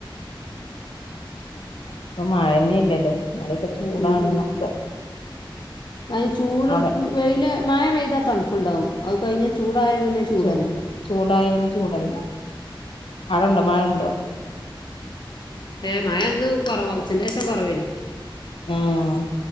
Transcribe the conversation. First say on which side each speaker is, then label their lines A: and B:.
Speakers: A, on the left; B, on the left.
A: ഇപ്പൊ മഴ ഇല്ലല്ലോ <unintelligible> ചൂടാണെന്നൊക്കെ
B: ഉം ഉം അതിന് ചൂടെടുത്ത്
A: അവിടെ
B: വെയില് മഴ പെയ്താൽ തണുപ്പുണ്ടാവും അത് കഴിഞ്ഞാ ചൂടായാ പിന്നെ ചൂട്
A: ചൂ
B: തന്നെയാണ്
A: ചൂടായ പിന്നെ ചൂട് തന്നെയാ മഴയുണ്ടോ മഴയുണ്ടോ
B: ഏഹ് മഴ ഇന്ന് കൊറവാ ഉച്ചൻ്റേഷം കുറവേനി
A: ഉം